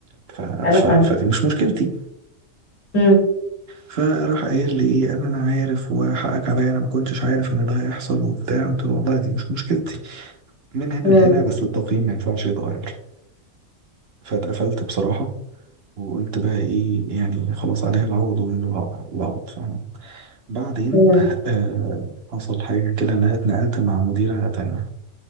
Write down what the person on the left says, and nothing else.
انا
فاهمه
امم
امم
امم